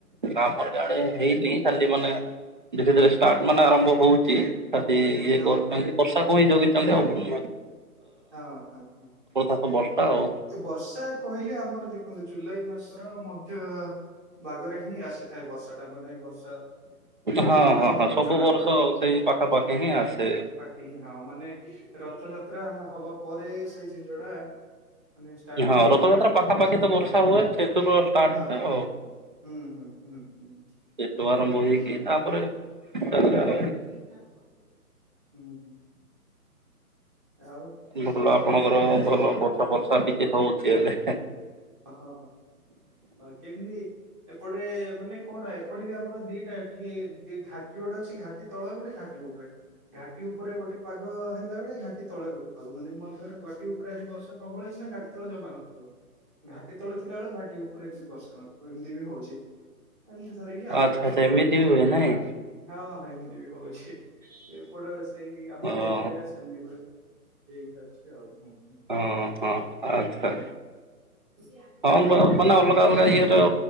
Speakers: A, on the right; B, on the right.
A: ଆମର ଆଡେ
B: ହୁଁ ହୁଁ।
A: ହେଇନି ଖାଲି ମାନେ ଧୀରେ ଧୀରେ ଷ୍ଟାର୍ଟ ମାନେ ଆରମ୍ଭ ହଉଛିି ଖାଲି ଇଏ
B: ହଁ
A: କରୁଛନ୍ତି
B: ହଁ ହଁ
A: ବର୍ଷାକୁ ହିଁ ଜଗିଛନ୍ତି ଆଉ ଖାଲି
B: ହଁ ହଁ ହଁ।
A: ତ ବର୍ଷା ଆଉ
B: ଏ ବର୍ଷା କହିଲେ ଆମର ଦେଖନ୍ତୁ ଜୁଲାଇ ମାସର ମଧ୍ୟ ଭାଗରେ ହିଁ ଆସିଥାଏ ବର୍ଷା ଟା ମାନେ ବର୍ଷା
A: ହଁ
B: ଋତୁ ଟା
A: ହଁ
B: ଆମର
A: ହଁ ସବୁ
B: ଜଣା
A: ବର୍ଷ ସେଇ ପାଖାପାଖି ହିଁ ଆସେ
B: ପାଖି ହଁ ମାନେ ରଥଯାତ୍ରା ହବା ପରେ ସେଇ ଜିନିଷ ଟା ମାନେ ଷ୍ଟାର୍ଟ
A: ହଁ
B: ହେଇଥାଏ
A: ରଥଯାତ୍ରା
B: ଆଉ
A: ପାଖାପାଖି
B: ସେଇଆ
A: ତ
B: ହଁ
A: ବର୍ଷା ହୁଏ ସେଥିରୁ ଷ୍ଟାର୍ଟ
B: ହଁ
A: ହୁଏ ଆଉ।
B: ହୁଁ ହୁଁ ହୁଁ ହୁଁ
A: ସେଠୁ ଆରମ୍ଭ
B: ସେମିତି।
A: ହେଇକି ତାପରେ
B: <unintelligible>
A: ଚାଲେ ଆଉ।
B: ହୁଁ ହୁଁ ଆଉ
A: ଭଲ
B: ଆଉ
A: ଆପଣଙ୍କର
B: କଣ ଖିଆ ଆଜି
A: ଭଲ ବର୍ଷା ଫର୍ଷା ଟିକେ ହଉଛି ହେଲେ
B: ହଁ କେମିତି ଏପଟେ ମାନେ କଣ ଏପଟେ ବି ଆମର ଦିଟା ଟିକେ ଦିଟା ଘାଟି ଗୋଟେ ଅଛି ଘାଟି ସେ ତଳ ଗୋଟେ ଘାଟି ଉପରେ ଘାଟି ଉପରେ ଗୋଟେ ପାଗ ହେଲା ବେଳେ ଘାଟି ତଳେ ଗୋଟେ ପାଗ ମାନେ ମନେକର ଘାଟି ଉପରେ ଆଜି ବର୍ଷା ପ୍ରବଳ ହେଇଛି ନା ଘାଟି ତଳେ ଜମା ନ ଥିବ ଘାଟି ତଳେ ଥିଲା ବେଳେ ଘାଟି ଉପରେ ଏମିତି ବର୍ଷା ନଥିବ ଏମିତି ବି ହଉଛି ଏମିତି ଧରିକି ଆଉ
A: ଆଚ୍ଛା ଆଚ୍ଛା ଏମିତି ବି ହୁଏ ନାଇଁ।
B: ହଁଁ ଏମିତି ବି ହଉଛି ଏପଟେ ସେଇ ଆମ
A: ଓହୋ
B: ଏରିଆ ଟା ସେମିତି ପୁରା ଠିକ୍ ଅଛି ଆଉ ହୁଁ ହଁ
A: ହଁ ହଁ ହଁ ଆଛା
B: ଆଜ୍ଞା
A: ହଁ ମାନେ ଅଲଗା ଅଲଗା ଇଏର